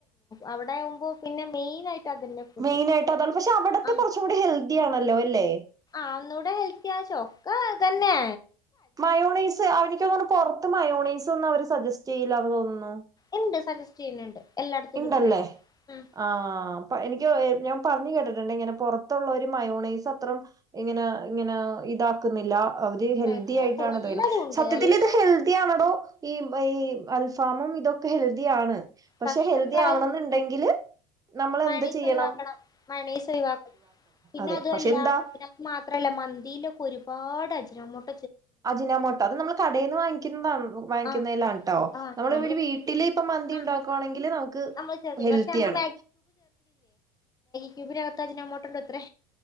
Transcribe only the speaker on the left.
അവിടെ ആകുമ്പോ പിന്നെ മെയിൻ ആയിട്ട് അതന്നെ ഫുഡ്
ആഹ്
അന്നൂടെ ഹെൽത്തിയാ ചൊക്ക അതന്നെയാ
ഇണ്ട് സജസ്റ്റ് ചെയ്യുന്നുണ്ട് എല്ലായിടത്തും
കിട്ടുന്നുണ്ട് ഉം
എല്ലാ
കൂടു എല്ലാതും
ഉണ്ട്
എല്ലാ
പക്ഷെ
എന്താണ്
മയോണൈസ്
ഒഴിവാക്കണം മയോണൈസ് ഒഴിവാക്കണം പിന്നെ
അതും
അല്ല
പിന്നത് മാത്രല്ല മന്തിയിലൊക്കെ ഒരുപാട് അജിനാമോട്ടോ
ആഹ് ആഹ്
നമ്മള്
ആഹ്
നമ്മള് ചേർക്കില്ല
പക്ഷെ നമ്മള് <unintelligible> അജിനോമോട്ടോണ്ടത്രേ